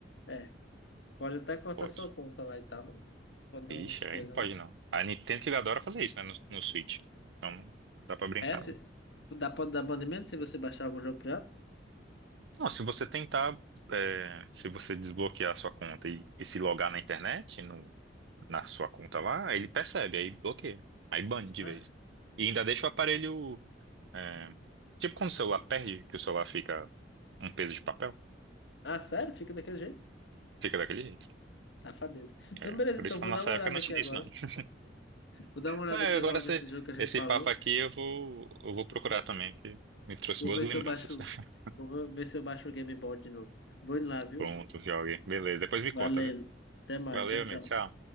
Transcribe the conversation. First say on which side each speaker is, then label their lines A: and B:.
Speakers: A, on the left; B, on the right.
A: é. Pode até cortar
B: pode.
A: sua conta lá e tal. Pode dar
B: Ixi,
A: uns
B: aí
A: coisas,
B: não pode
A: né?
B: não. A Nintendo que adora fazer isso, né? No, no Switch. Então não dá pra brincar.
A: É, se... dá, pode dar banimento se você baixar algum jogo pirata?
B: Não, se você tentar, é, se você desbloquear a sua conta e, e se logar na internet, no, na sua conta lá, ele percebe, aí bloqueia, aí bane de
A: Ah,
B: vez. E ainda deixa o aparelho, é, tipo quando o celular perde, que o celular fica um peso de papel,
A: Ah, sério? Fica daquele jeito?
B: fica daquele jeito.
A: Safadeza. Então,
B: É,
A: beleza,
B: por
A: então
B: isso que
A: vou
B: na nossa
A: dar uma
B: época
A: olhada
B: não tinha
A: aqui agora.
B: isso não. <laughs>
A: Vou dar uma olhada
B: Mas
A: aqui
B: agora
A: agora
B: esse,
A: nesse jogo que a gente
B: esse
A: falou.
B: papo aqui eu vou, eu vou procurar também, que me trouxe
A: Vou
B: boas
A: ver
B: lembranças.
A: se eu baixo.
B: <laughs>
A: Vou ver se eu baixo o Game Boy de novo. Vou indo lá, viu?
B: Pronto, jogue. Beleza, depois me conta,
A: Valeu.
B: viu?
A: Até mais.
B: Valeu,
A: Tchau,
B: amigo,
A: tchau.
B: tchau.